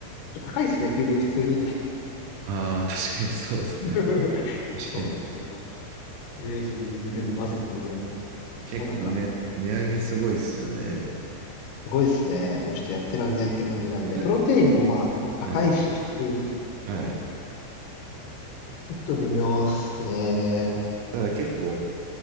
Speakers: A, on the left; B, on the right.
A: ちょっと高いですね、牛乳普通に。
B: ああ、確かにそうですね。
A: <laughs>
B: 確かに。
A: そうなんですよ。だから、とりあえず水で混ぜて飲んでっていう。
B: でも、結構ね、
A: もうなんか、
B: 値上げすごいですよね。
A: すごいっすね。もうちょっとやってらんないって感じなんで。
B: えな
A: プロテインもまあ、ちょっと高いし、
B: はい。
A: 普通に。ち
B: はい。
A: ょっと微妙っすね。
B: ただ結構、